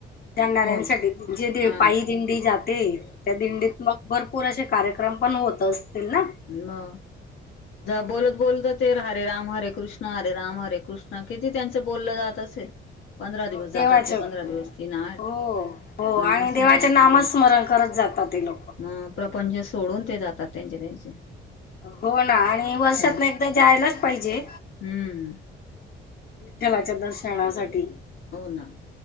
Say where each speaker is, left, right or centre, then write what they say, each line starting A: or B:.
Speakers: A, on the left; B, on the left.
A: जाणाऱ्यांसाठी
B: हो ना
A: जे
B: हा
A: पायी दिंडी जाते त्या दिंडीत मग भरपूर असे कार्यक्रम पण होत असतील ना?
B: म
A: हम्म
B: बोलत बोलत ते हरे राम हरे कृष्ण हरे राम हरे कृष्ण किती त्यांचं बोललं जात असेल खे <unintelligible> पंधरा दिवस
A: हो
B: जातात
A: देवाच
B: ते पंधरा दिवस तीन, आठ
A: हो हो
B: नामस्मरणामध्ये.
A: आणि देवाचे नामस्मरण करत जातात ते लोक
B: मग प्रपंच सोडून ते जातात त्यांचे त्यांचे
A: हो ना आणि वर्षात
B: खरंच
A: ना एकदा जायलाच पाहिजे.
B: हम्म
A: देवाच्या दर्शनासाठी
B: हो ना